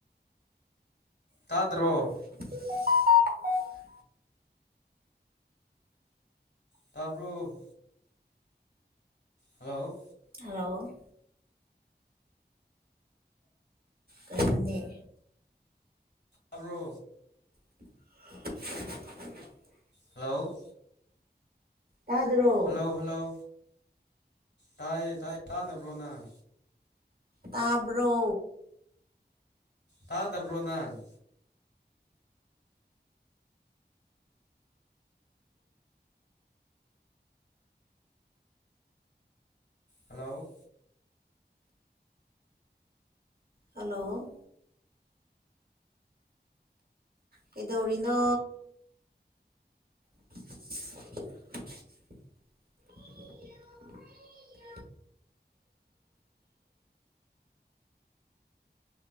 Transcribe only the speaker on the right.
<inaudible> <inaudible>
ꯍꯜꯂꯣ ꯀꯩꯅꯣꯅꯦ
<inaudible> <inaudible>
ꯇꯥꯗ꯭ꯔꯣ꯫
ꯇꯥꯕ꯭ꯔꯣ꯫
ꯍꯜꯂꯣ ꯀꯩꯗꯧꯔꯤꯅꯣ꯫ <inaudible>